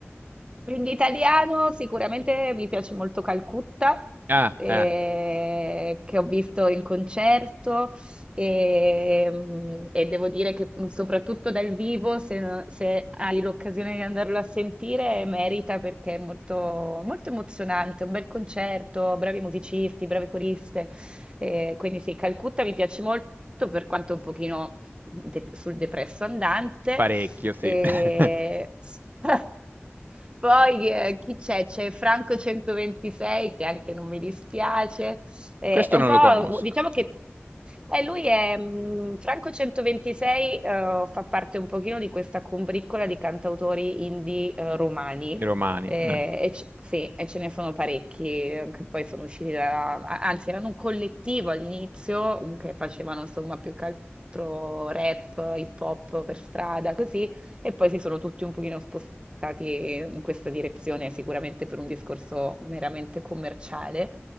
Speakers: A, on the right (about 25°); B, on the right (about 45°).
A: Quindi italiano sicuramente mi piace molto Calcutta,
B: Ah,
A: eh,
B: eh,
A: che ho visto in concerto e, mm, e devo dire che mm, soprattutto dal vivo, se, no- se hai l'occasione di andarlo a sentire, merita perché è molto, molto emozionante, un bel concerto, bravi musicisti, brave coriste. eh, quindi sì, Calcutta mi piace molto per quanto un pochino de- sul depresso andante.
B: parecchio, sì.
A: E...
B: <laughs>
A: <laughs> Poi eh, chi c'è? C'è Franco 126 che anche non mi dispiace. Eh,
B: Questo
A: è
B: non
A: un po',
B: lo conosco,
A: diciamo che eh, lui è mm, Franco 126, eh, fa parte un pochino di questa combriccola di cantautori indie eh, romani.
B: i romani,
A: Eh,
B: eh.
A: e c- sì, e ce ne sono parecchi eh, che poi sono usciti da, a- anzi, erano un collettivo all'inizio mm, che facevano insomma più che altro rap, hip hop per strada, così. E poi si sono tutti un pochino spostati in questa direzione, sicuramente per un discorso meramente commerciale.